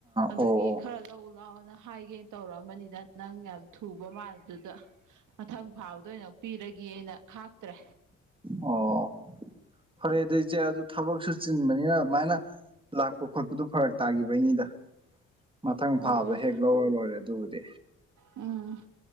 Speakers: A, on the right; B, on the right.
A: ꯑꯗꯨꯏ
B: ꯑꯣ ꯑꯣ
A: ꯈꯔ ꯂꯧꯎ ꯂꯥꯛꯑꯣꯅ ꯍꯥꯏꯒꯦꯅ ꯇꯧꯔꯛꯑꯝꯕꯅꯤꯗ ꯅꯪ ꯌꯥꯝ ꯊꯨꯕ ꯃꯥꯜꯕꯗꯨꯗ ꯃꯊꯪ ꯐꯥꯕꯗ ꯑꯣꯏꯅ ꯄꯤꯔꯒ‌ꯦꯅ ꯈꯥꯛꯇ꯭ꯔꯦ
B: ꯑꯣ ꯐꯔꯦ ꯑꯗꯨ ꯏꯆꯦ ꯑꯗꯨ ꯊꯕꯛꯁꯨ ꯆꯤꯟꯕꯅꯤꯅ ꯑꯗꯨꯃꯥꯏꯅ ꯂꯥꯛꯄ ꯈꯣꯠꯄꯗꯣ ꯐꯔꯛ ꯇꯥꯈꯤꯕꯩꯅꯤꯗ ꯃꯊꯪ ꯐꯥꯕꯗ
A: ꯑꯣ
B: ꯍꯦꯛ ꯂꯧꯔ ꯂꯣꯏꯔꯦ ꯑꯗꯨꯕꯨꯗꯤ
A: ꯎꯝ